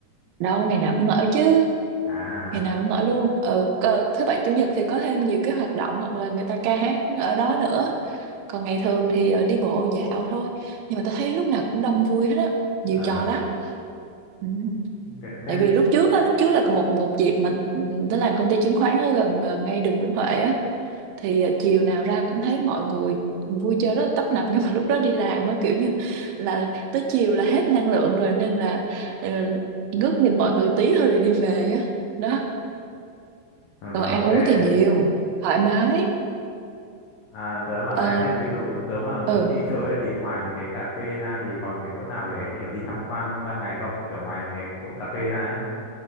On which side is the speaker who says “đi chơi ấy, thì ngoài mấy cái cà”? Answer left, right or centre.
Left